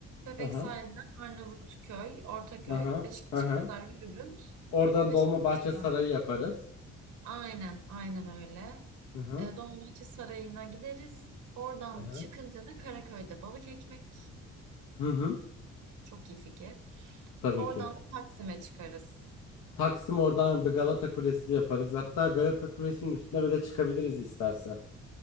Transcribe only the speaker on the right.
Bebek
sahilden Arnavutköy, Ortaköy,
Beşiktaş'a
kadar yürürüz.
Beşiktaş'tan.
Aynen, aynen öyle.
Ee, Dolmabahçe Sarayı'na gideriz. Oradan
çıkınca da Karaköy'de balık ekmek.
Çok iyi fikir.
Oradan
da Taksim'e çıkarız.